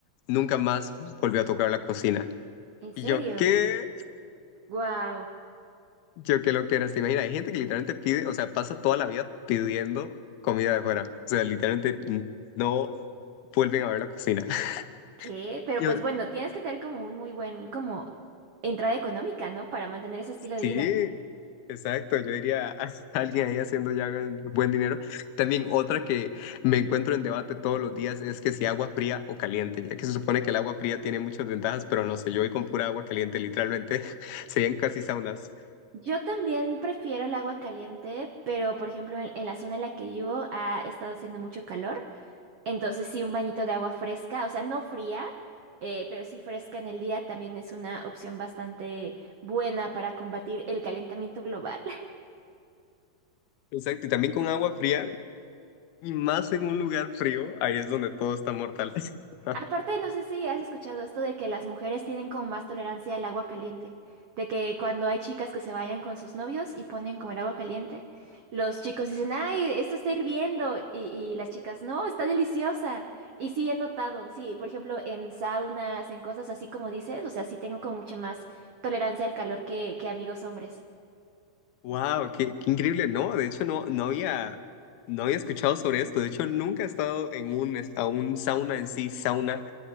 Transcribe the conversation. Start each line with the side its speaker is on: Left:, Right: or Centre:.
Left: nunca más volvió a tocar la cocina.
Right: ¿En serio?
Left: Y yo, ¿qué?
Right: Wow.
Left: Yo que lo que eras, te imaginas, hay gente que literalmente pide, o sea, pasa toda la vida pidiendo comida de fuera. O sea, literalmente n- no vuelven a ver la cocina. <laughs>
Right: ¿Qué? Pero
Left: Y
Right: pues
Left: ahora,
Right: bueno, tienes que tener como un muy buen, como entrada económica, ¿no? Para mantener ese estilo
Left: sí,
Right: de vida.
Left: exacto, yo diría a alguien ahí haciendo ya gan- buen dinero. También otra que me encuentro en debate todos los días es que si agua fría o caliente, ya que se supone que el agua fría tiene muchas ventajas, pero no sé, yo voy con pura agua caliente, literalmente <laughs> serían casi saunas.
Right: Yo también prefiero el agua caliente, pero por ejemplo en, en la zona en la que vivo ha estado haciendo mucho calor, entonces sí un bañito de agua fresca, o sea, no fría, eh, pero sí fresca en el día también es una opción bastante buena para combatir el calentamiento global.
Left: Exacto, y también con agua fría, y más en un lugar frío, ahí es donde todo está mortal. <laughs>
Right: Aparte, no sé si has escuchado esto de que las mujeres tienen como más tolerancia al agua caliente, de que cuando hay chicas que se vayan con sus novios y ponen como el agua caliente, los chicos dicen, ay, esto está hirviendo, y, y las chicas, no, está deliciosa. Y sí, he notado, sí, por ejemplo, en saunas, en cosas así como dices, o sea, sí tengo como mucha más tolerancia al calor que, que amigos hombres.
Left: Wow, qué, qué increíble. No, de hecho no, no había, no había escuchado sobre esto. De hecho, nunca he estado en un, es- a un sauna en sí, sauna